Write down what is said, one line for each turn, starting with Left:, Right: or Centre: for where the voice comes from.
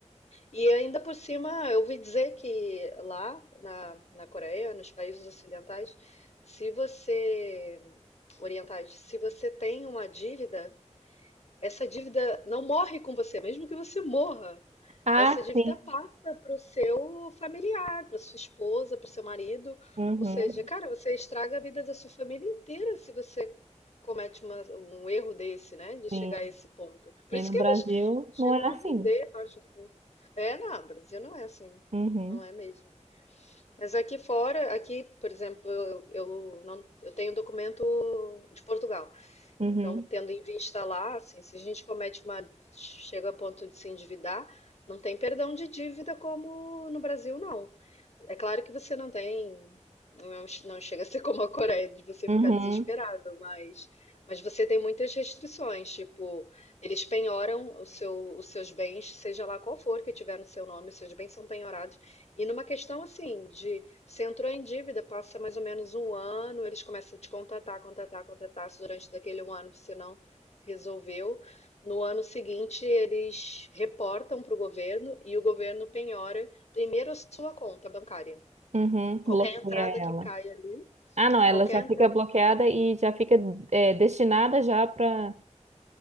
Left: E ainda por cima, eu ouvi dizer que lá na, na Coreia, nos países ocidentais, se você, orientais, se você tem uma dívida, essa dívida não morre com você, mesmo que você morra.
Right: Ah,
Left: Essa dívida
Right: sim.
Left: passa para o seu familiar, para sua esposa, para o seu marido.
Right: Uhum,
Left: Ou seja, cara, você estraga a vida da sua família inteira se você comete uma- um erro desse, né? De chegar
Right: sim.
Left: a esse ponto. Por
Right: E
Left: isso
Right: no
Left: que
Right: Brasil
Left: eles chegam
Right: não é assim.
Left: a vender parte é, não, Brasil não é assim.
Right: Uhum,
Left: Não é mesmo. Mas aqui fora, aqui, por exemplo, eu, eu não, eu tenho documento de Portugal.
Right: uhum,
Left: Então, tendo em vista lá, assim, se a gente comete uma, chega a ponto de se endividar, não tem perdão de dívida como no Brasil, não. É claro que você não tem, não, não chega a ser como a Coreia de você
Right: uhum,
Left: ficar desesperado, mas, mas você tem muitas restrições, tipo, eles penhoram o seu, os seus bens, seja lá qual for que tiver no seu nome, os seus bens são penhorados. E numa questão assim, de você entrou em dívida, passa mais ou menos um ano, eles começam a te contatar, contatar, contatar, se durante daquele um ano você não resolveu. No ano seguinte, eles reportam para o governo e o governo penhora Primeiro a sua conta bancária.
Right: uhum.
Left: Qualquer
Right: Bloqueia
Left: entrada
Right: ela.
Left: que cai ali,
Right: Ah, não, ela
Left: qualquer
Right: já
Left: entrada
Right: fica bloqueada e já fica é, destinada já para